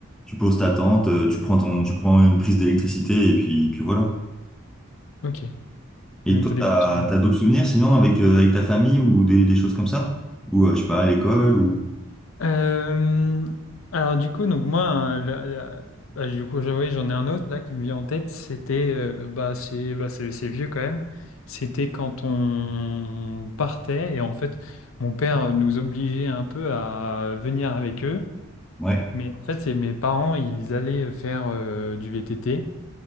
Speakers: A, in the centre; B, on the left.
A: Tu poses ta tente, euh, tu prends ton, tu prends une prise d'électricité, et puis, puis voilà.
B: Ok. Et
A: Et
B: donc
A: toi,
B: t'as des
A: t'as,
B: bons souvenirs.
A: t'as d'autres souvenirs sinon avec, euh, avec ta famille ou des, des choses comme ça? Ou euh, je sais pas, à l'école ou.
B: Euh, alors du coup, donc moi, hein, la- la- bah, du coup, je- oui, j'en ai un autre là qui me vient en tête. C'était, euh, bah, c'est, bah, c'est, c'est vieux quand même. C'était quand on partait et en fait, mon père nous obligeait un peu à venir avec eux.
A: Ouais,
B: Mais en fait, c'est mes parents, ils allaient faire euh, du VTT